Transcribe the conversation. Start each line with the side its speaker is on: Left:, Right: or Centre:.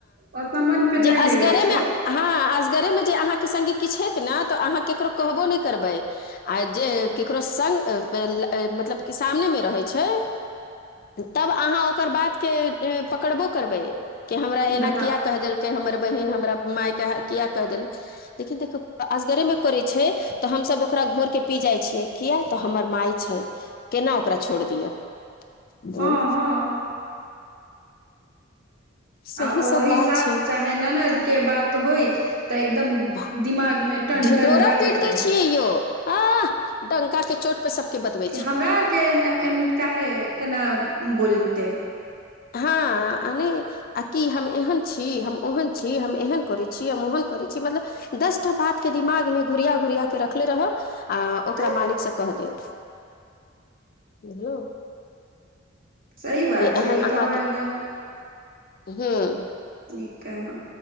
Right: ओतना मन पे
Left: जे
Right: नहि
Left: असगरेमे
Right: लेबे छियै
Left: हँ असगरे मे जे अहाँके सङ्गे किछु हेत ने तऽ अहाँ केकरो कहबो नहि करबै। आ जे ककरो सङ्ग मतलब कि सामनेमे रहै छै। तब अहाँ ओकर बातके पकड़बो करबै। के हमरा एना
Right: बताउ
Left: किया क देलकै हमर बहिन हमरा मायके किया क देल देखीयो देखियौ असगरे मे करै छै। तऽ हमसभ ओकरा घोरके पी जाइ छियै किया तऽ हमर माय छै केना ओकरा छोड़ दिअ। <unintelligible>
Right: हँ हँ
Left: सही
Right: आ ओहि
Left: सब बात
Right: सास
Left: छै
Right: चाहे ननद के बात होइ तऽ एकदम
Left: वाह,
Right: दिमाग मे टनटन
Left: ढिंढोरा
Right: बाजैत
Left: पीट दै
Right: रहै!
Left: छियै यौ <unintelligible> आह डंका के चोट सबके बतबे <unintelligible>
Right: कि हमरा आरके काहे केना बोलतै
Left: हँ अ न आ की हम एहन छी हम ओहन छी हम एहन करै छी हम ओहन करै छी मतलब दस टा बातके दिमागमे घुरिया घुुरियाके रखले रहब आ ओकरा
Right: तऽ
Left: मालिकसँ कह देब। जो।
Right: सही बात छै
Left: एहन
Right: ई
Left: अहाँके
Right: तो अहाँ एकदम।
Left: हूँ।
Right: नीक कहलहु